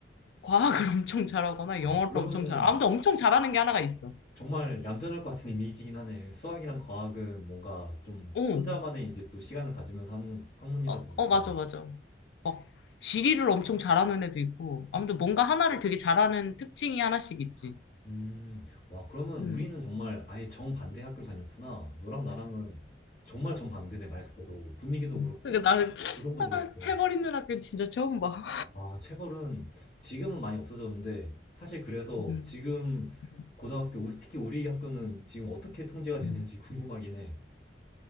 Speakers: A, on the left; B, on the left.
A: 과학을 <laughs> 엄청 잘하거나,
B: 아,
A: 영어를
B: 그러면은
A: 엄청 잘, 아무튼 엄청 잘하는 게 하나가 있어.
B: 정말 얌전할 것 같은 이미지긴 하네. 수학이랑 과학은 뭔가 좀
A: 어,
B: 혼자만의 이제 또 시간을 가지면서 하는 학문이다
A: 어,
B: 보니까.
A: 어, 맞아, 맞아. 지리를 엄청 잘하는 애도 있고, 아무튼 뭔가 하나를 되게 잘하는 특징이 하나씩 있지.
B: 음, 와, 그러면
A: 음.
B: 우리는 정말 아예 정반대 학교를 다녔구나. 너랑 나랑은 정말 정반대네, 말 그대로. 분위기도
A: 어.
B: 그렇고,
A: 그러니까 나는, <laughs>
B: 구성도
A: <sniffs> 아,
B: 그렇고.
A: 체벌 있는 학교 진짜 처음 봐.
B: 아, 체벌은 지금은 많이 없어졌는데, 사실 그래서
A: <laughs> 음.
B: 지금
A: 음.
B: 고등학교, 우리, 특히 우리 학교는 지금 어떻게 통제가 되는지
A: 음.
B: <laughs> 궁금하긴 해.